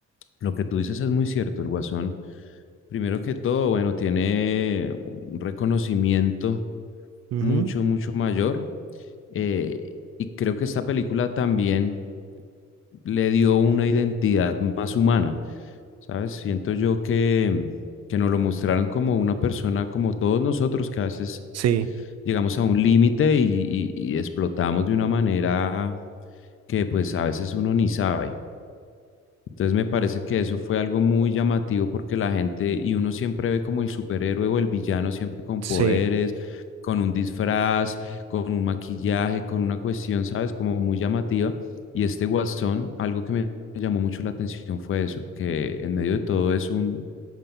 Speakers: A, on the left; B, on the right.
A: lo que tú dices es muy cierto, el guasón, primero que todo, bueno, tiene un reconocimiento
B: Ujú,
A: mucho, mucho mayor. eh, y creo que esta película también le dio una identidad más humana, ¿sabes? Siento yo que, que nos lo mostraron como una persona, como todos nosotros, que a veces
B: Sí,
A: llegamos a un límite y, y- y explotamos de una manera que pues a veces uno ni sabe. Entonces me parece que eso fue algo muy llamativo porque la gente, y uno siempre ve como el superhéroe o el villano, siempre con
B: sí,
A: poderes, con un disfraz, con un maquillaje, con una cuestión, ¿sabes? Como muy llamativa. Y este Guasón, algo que me llamó mucho la atención fue eso, que en medio de todo es un,